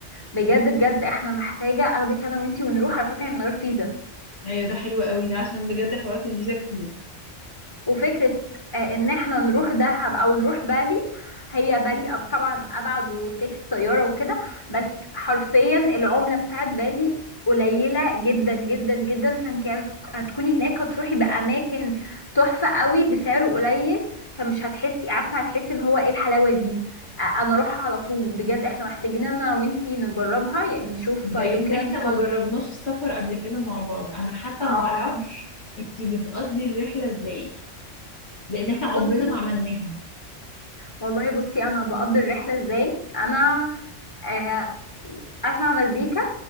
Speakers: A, on the left; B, on the left.
A: بجد بجد احنا محتاجه اخدك انا وانتي ونروح على فكره هي من غير فيزا
B: ايوه ده حلو قوي ده عشان بجد حوارات الفيزا كتير
A: وفكرة آه، ان احنا نروح دهب او نروح بالي هي بالي أب- طبعا ابعد وتيكس طيارة وكده بس حرفيا العملة بتاعت بالي قليلة جدا جدا جدا فانت هتكوني هناك هتروحي بأماكن تحفة قوي بسعر قليل فمش هتحسي عارفة هتحسي اللي هو ايه الحلاوة دي آه، انا اروحها على طول بجد احنا محتاجين انا وانتي نجربها يعني نشوف
B: لان
A: يوم كده
B: احنا
A: انتي فاضية
B: ما جربناش السفر قبل كده مع بعض انا حتى ما
A: اه
B: اعرفش انتي بتقضي الرحلة ازاي لان احنا عمرنا
A: بصي
B: ما عملناها
A: والله بصي انا بقضي الرحله ازاي انا آه، اسمع مزيكا